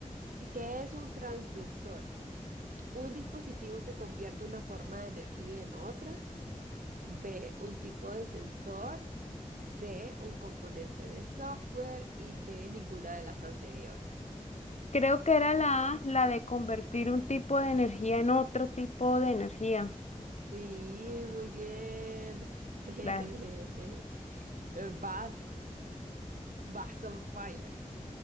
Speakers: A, on the right; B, on the left.
A: ¿qué es un transductor? Un dispositivo que convierte una forma de energía en otra. B, un tipo de sensor. C, un componente de software. Y D, ninguna de las anteriores.
B: creo que era la A, la de convertir un tipo de energía en otro tipo de energía.
A: Sí, muy bien. <laughs>
B: Dale,
A: Vas, vas on fire.